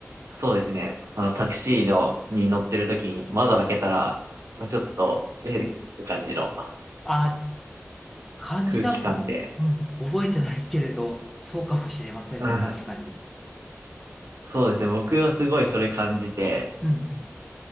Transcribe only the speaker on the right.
う、そうですね、あの、タクシーの、に乗ってる時に窓を開けたら、まあちょっと、えーって感じの。
空気感で。
うん。
そうですね。僕はすごいそれ感じて、